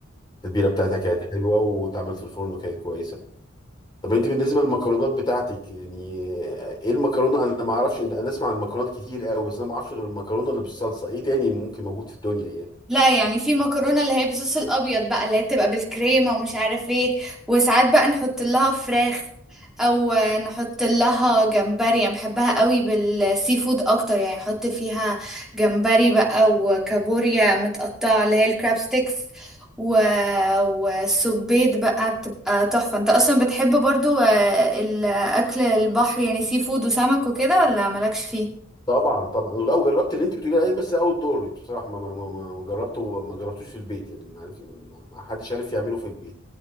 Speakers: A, on the left (about 20°); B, in the centre.
A: التتبيله بتاعتها كانت حلوه واتعملت في الفرن وكانت كويسه طب انت بالنسبه للمكرونات بتاعتك يعني ايه المكرونه انا ما اعرفش انت انا اسمع عن المكرونات كتير قوي بس انا ما اعرفش غير المكرونه اللي بالصلصه ايه تاني ممكن موجود في الدنيا يعني
B: لا يعني في مكرونه اللي هي بالصوص الابيض بقى اللي هي بتبقى بالكريمه ومش عارف ايه وساعات بقى نحط لها فراخ او نحط لها جمبري يعني بحبها قوي بالسي فود اكتر يعني احط فيها جمبري بقى وكابوريا متقطعه اللي هي الكراب ستيكس و... وسبيت بقى بتبقى تحفه انت اصلا بتحب برضو آه، الاكل البحر يعني سي فود وسمك وكده ولا مالكش فيه
A: طبعا طبعا ولو جربت اللي انت بتقولي عليه بس اول دور بصراحه ما ما ما ما جربته ما جربتوش في البيت يعني ما عرف ما حدش عارف يعمله في البيت